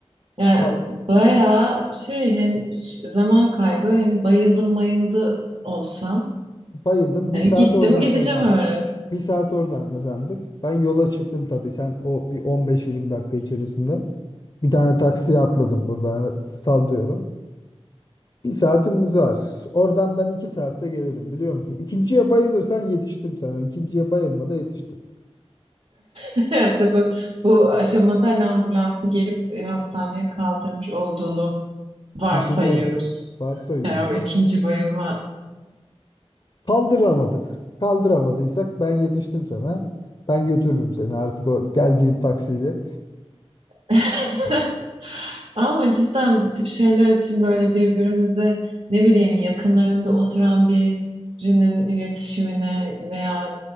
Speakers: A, on the right; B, on the left.
A: Yani
B: Ka-
A: bayağı şey hem s- zaman kaybı hem bayıldım mayıldı olsam.
B: bayıldım.
A: Yani
B: Bir saat
A: gittim
B: oradan
A: gideceğim
B: kazandım.
A: öyle.
B: Bir saat oradan kazandık. Ben yola çıktım tabii. Sen o bir 15-20 dakika içerisinde. Bir tane taksiye atladım buradan sallıyorum. Bir saatimiz var. Oradan ben iki saatte gelirim biliyor musun? İkinciye bayılırsan yetiştim sana. İkinciye bayılmada yetiştim.
A: <laughs> Ya Tabii bu aşamada hani ambulansın gelip e, hastaneye kaldırmış olduğunu varsayıyoruz.
B: Düşünüyorum. Varsayıyor
A: Yani
B: muyuz?
A: o ikinci bayılmada.
B: Kaldıramadık. Kaldıramadıysak ben yetiştim sana. Ben götürürüm seni artık o geldiğim taksiyle.
A: <laughs> Ama cidden bu tip şeyler için böyle birbirimizi ne bileyim yakınlarında oturan birinin iletişimine veya